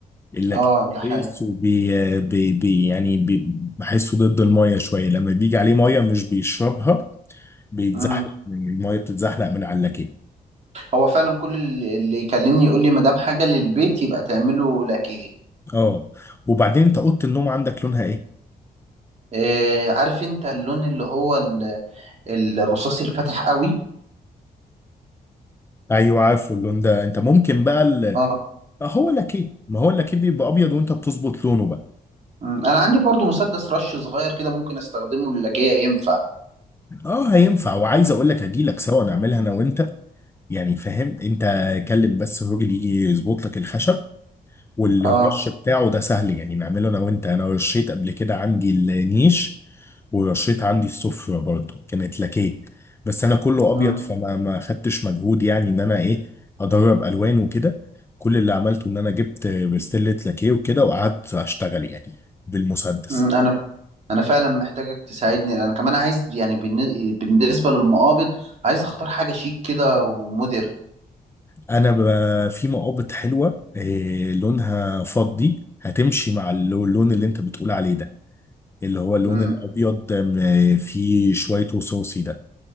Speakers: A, on the left; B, on the right.
A: اللاكيه
B: اه ده حقيقي
A: كويس وبي بي بي يعني بي بحسه ضد الميه شويه لما بيجي عليه ميه مش بيشربها بيتزحلق
B: امم
A: الميه بتتزحلق من على اللاكيه
B: هو فعلا كل اللي اللي يكلمني يقول لي ما دام حاجه للبيت يبقى تعمله لاكيه
A: اه وبعدين انت اوضه النوم عندك لونها ايه
B: آه عارف انت اللون اللي هو ال- الرصاصي الفاتح قوي
A: ايوه عارفه اللون ده انت ممكن بقى ال...
B: آه.
A: آه، هو لاكيه ما هو اللاكيه بيبقى ابيض وانت بتظبط لونه بقى
B: مم. انا عندي برضو مسدس رش صغير كده ممكن استخدمه للكاية ينفع
A: اه هينفع وعايز اقول لك اجي لك سوا نعملها انا وانت يعني فاهم انت كلم بس الراجل يجي يظبط لك الخشب والرش
B: اه
A: بتاعه ده سهل يعني نعمله انا وانت انا رشيت قبل كده عندي النيش ورشيت عندي الصفر برضه كانت لكيه بس انا كله ابيض
B: مم.
A: فما ما خدتش مجهود يعني ان انا ايه ادرب الوان وكده كل اللي عملته ان انا جبت بستلة لكيه وكده وقعدت اشتغل يعني بالمسدس
B: مم. انا انا فعلا محتاجك تساعدني انا كمان عايز يعني بالن- بالنسبة للمقابض عايز اختار حاجة شيك كده ومودر
A: انا ب- في مقابض حلوه إيه لونها فضي هتمشي مع اللو- اللون اللي انت بتقول عليه ده اللي هو اللون
B: مم.
A: الابيض م- فيه شويه رصاصي ده